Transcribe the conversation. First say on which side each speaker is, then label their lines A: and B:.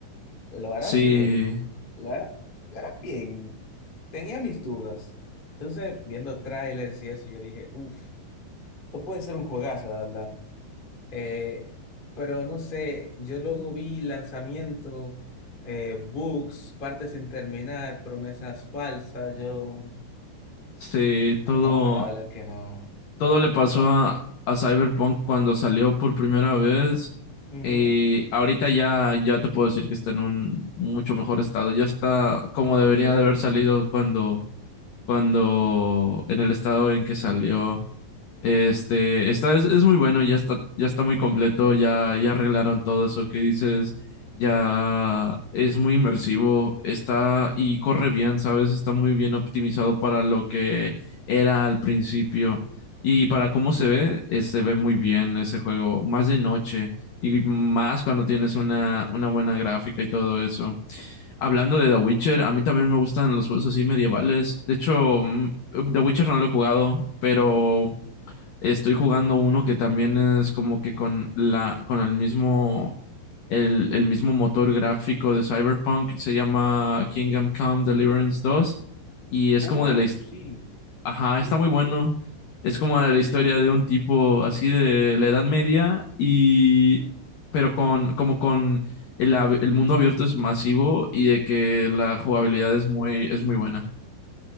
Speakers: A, on the left (about 30°); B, on the left (about 75°).
A: Lo harán
B: Sí,
A: bien, lo harán, lo harán bien. Tenía mis dudas. Entonces, viendo trailers y eso, yo dije, uff, esto puede ser un juegazo, la verdad. Eh, pero no sé, yo luego vi lanzamiento, eh, bugs, partes sin terminar, promesas falsas. Yo,
B: sí, todo.
A: no, la verdad es que no, nada,
B: Todo le pasó
A: o sea,
B: a, a Cyberpunk cuando salió por primera vez.
A: ujú,
B: Eh, ahorita ya, ya te puedo decir que está en un mucho mejor estado. Ya está como debería
A: sí,
B: de haber salido cuando, cuando en el estado en que salió. Este, está, es, es muy bueno, ya está, ya está muy completo, ya, ya arreglaron todo eso que dices, ya es muy inmersivo, está y corre bien, ¿sabes? Está muy bien optimizado para lo que era al principio y para
A: ujú.
B: cómo se ve, eh, se ve muy bien ese juego, más de noche y más cuando tienes una, una buena gráfica y todo eso. Hablando de The Witcher, a mí también me gustan los juegos así medievales. De hecho, mm, The Witcher no lo he jugado, pero Estoy jugando uno que también es como que con la, con el mismo, el, el mismo motor gráfico de Cyberpunk. Se llama Kingdom Come Deliverance dos Y es
A: Uh,
B: como de la, his-
A: sí,
B: ajá,
A: sí,
B: está
A: sí,
B: muy bueno.
A: sí,
B: Es como
A: vi.
B: de la historia de un tipo así de la Edad Media y, pero con, como con el, ab- el mundo abierto es masivo y de que la jugabilidad es muy, es muy buena.